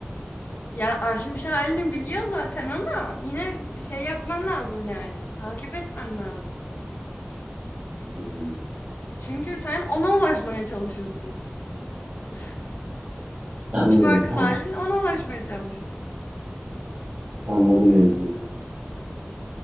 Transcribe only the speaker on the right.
Hmm,
Anladım,
anladım,
anladım mevzuyu.